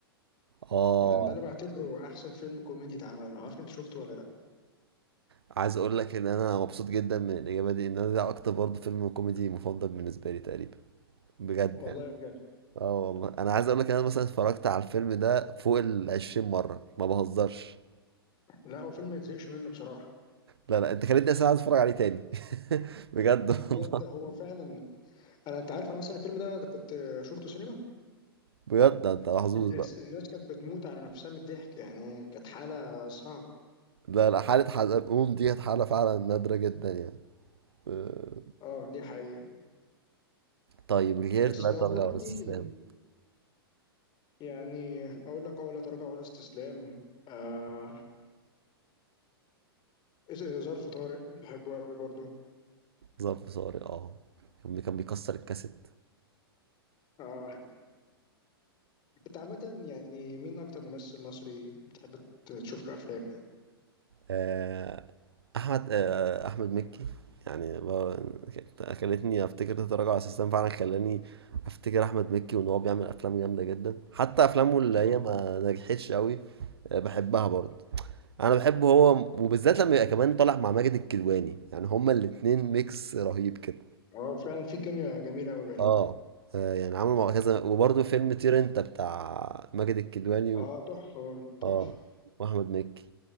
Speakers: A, on the right; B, on the left.
A: اه
B: يعني ده انا بعتبره احسن فيلم كوميدي اتعمل انا عارف انت شفته ولا لا
A: عايز اقول لك ان انا مبسوط جدا من الاجابه دي ان انا ده اكتر برضه فيلم كوميدي مفضل بالنسبه لي تقريبا بجد
B: والله
A: يعني
B: بجد
A: اه والله انا عايز اقول لك انا مثلا اتفرجت على الفيلم ده فوق ال 20 مره ما بهزرش
B: لا هو فيلم ما يتزهقش منه بصراحه
A: لا لا انت خليتني اصلا عايز اتفرج عليه تاني <laughs> بجد
B: بجد
A: والله
B: هو فعلا انا انت عارف انا اصلا الفيلم ده, ده كنت شفته سينما
A: بجد ده انت محظوظ
B: الناس
A: بقى
B: الناس كانت بتموت على نفسها من الضحك يعني كانت حاله صعبه
A: لا لا حاله حزلقوم دي كانت حاله فعلا نادره جدا يعني آه،
B: اه دي حقيقه
A: طيب الغير
B: بس
A: لا
B: لو
A: ترجع
B: كوميدي
A: ولا استسلام
B: يعني اقول لك اه لا تراجع ولا استسلام آه إز- ظرف طارق بحبه قوي برضه
A: ظرف صاري اه كان كان بيكسر الكاسيت
B: آه انت عامة يعني مين اكتر ممثل مصري بتحب ت- تشوف له افلام يعني
A: آه، احمد آه، احمد مكي يعني ب- كانت- خلتني افتكر تتراجع على السيستم فعلا خلاني افتكر احمد مكي وان هو بيعمل افلام جامده جدا حتى افلامه
B: اه
A: اللي هي ما نجحتش قوي آه، بحبها برضه انا بحبه هو وبالذات لما يبقى كمان طالع مع ماجد الكدواني يعني هما الاتنين ميكس رهيب كده
B: آه، فعلا في كيمياء جميلة قوي بينهم
A: اه آه، يعني عملوا مع كذا وبرضه فيلم طير انت بتاع ماجد الكدواني
B: اه
A: و...
B: تحفة برضه تحفة
A: اه واحمد مكي